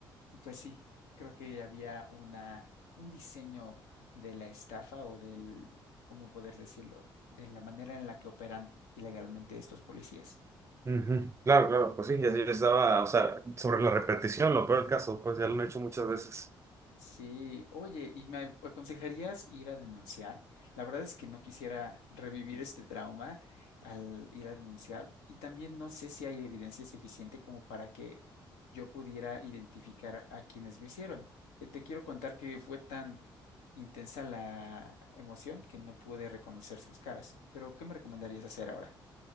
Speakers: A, on the left; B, on the right.
A: pues sí, creo que había una, un diseño de la estafa o del, ¿cómo poder decirlo? De la manera en la que operan ilegalmente estos policías.
B: Ujú. Claro, claro, pues sí, ya yo estaba, o sea, sobre la repetición, lo peor del caso, pues ya lo han hecho muchas veces.
A: Sí, oye, ¿y me aconsejarías ir a denunciar? La verdad es que no quisiera revivir este trauma al ir a denunciar y también no sé si hay evidencia suficiente como para que yo pudiera identificar a quienes lo hicieron. Eh, Te quiero contar que fue tan intensa la emoción que no pude reconocer sus caras, pero ¿qué me recomendarías hacer ahora?